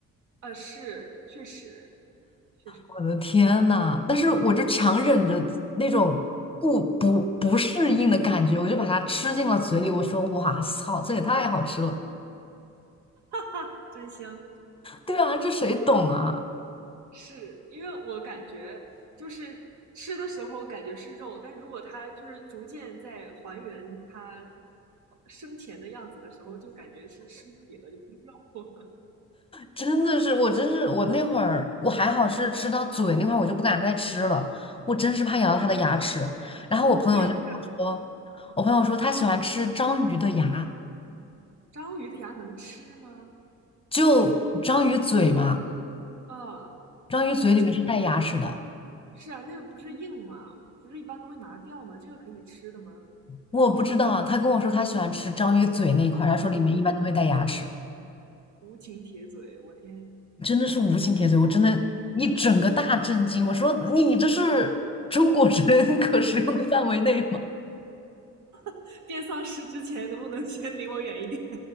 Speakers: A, on the right; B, on the left.
A: 呃，是，确实，确实，
B: 我的天呐！但是我就强忍着那种不不不适应的感觉，
A: 嗯，
B: 我就把它吃进了嘴里。我说：“哇操，这也太好吃了！”
A: <laughs> 真香。
B: 对啊，这谁懂啊？
A: 是因为我感觉就是吃的时候感觉是肉，但如果它就是逐渐在还原它生前的样子的时候，就感觉是尸体了，就不是肉了。
B: 真的是，我真是，我那会儿我还好是吃到嘴那块儿，我就不敢再吃了，我真是怕咬到他的牙齿。然后我朋友就跟我说，
A: <laughs> 对呀，对呀，
B: 我朋友说他喜欢吃章鱼的牙，
A: 章鱼的牙能吃吗？
B: 就章鱼嘴嘛，
A: 啊，
B: 章鱼嘴里面是带牙齿的，
A: 哦，这是啊，那个不是硬吗？不是一般都会拿掉吗？这个可以吃的吗？
B: 我不知道。他跟我说他喜欢吃章鱼嘴那一块儿他说里面一般都会带牙齿，
A: 哦，无情铁嘴，我天！
B: 真的是无心铁嘴，我真的，一整个大震惊。我说你这是中国人 <laughs> 可食用的范围内吗？
A: <laughs> 变丧尸之前能不能先离我远一点？